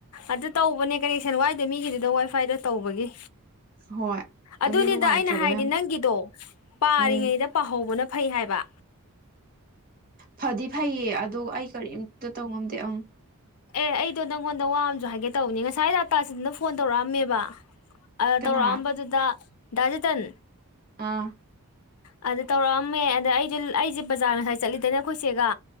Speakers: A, on the left (about 70°); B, on the right (about 40°).
A: ꯑꯗꯨ ꯇꯧꯕꯅꯦ ꯀꯅꯦꯛꯁꯟ ꯋꯥꯏꯗ ꯃꯤꯒꯤꯗꯨꯗ ꯋꯥꯏꯐꯥꯏꯗꯣ ꯇꯧꯕꯒꯤ
B: ꯍꯣꯏ
A: ꯑꯗꯨꯅꯤꯗ
B: ꯑꯗꯨ ꯅꯨꯡꯉꯥꯏꯇ꯭ꯔꯕ
A: ꯑꯩꯅ ꯍꯥꯏꯗꯤ
B: ꯌꯥꯝ
A: ꯅꯪꯒꯤꯗꯣ ꯄꯥꯔꯤꯉꯩꯗ
B: ꯎꯝ
A: ꯄꯥꯍꯧꯕꯅ ꯐꯩ ꯍꯥꯏꯕ
B: ꯐꯗꯤ ꯐꯩꯌꯦ ꯑꯗꯣ ꯑꯩ ꯀꯔꯤꯝꯇ ꯇꯧꯉꯝꯗꯦ ꯑꯪ
A: ꯑꯦ ꯑꯩꯗꯣ ꯅꯪꯉꯣꯟꯗ ꯋꯥ ꯑꯃꯥꯁꯨ ꯍꯥꯏꯒꯦ ꯇꯧꯕꯅꯤ ꯉꯁꯥꯏ ꯑꯥꯇꯥꯁꯤꯗꯅ ꯐꯣꯟ ꯇꯧꯔꯛꯑꯝꯃꯦꯕ
B: ꯀꯅꯥ
A: ꯇꯧꯔꯛꯑꯝꯕꯗꯨꯗ ꯗꯥꯖꯤꯇꯟ
B: ꯑꯥ
A: ꯑꯗꯨꯗ ꯇꯧꯔꯛꯑꯝꯃꯦ ꯑꯗ ꯑꯩꯁꯦ ꯑꯩꯁꯦ ꯕꯖꯥꯔ ꯉꯁꯥꯏ ꯆꯠꯂꯤꯗꯅꯦ ꯑꯩꯈꯣꯏꯆꯦꯒ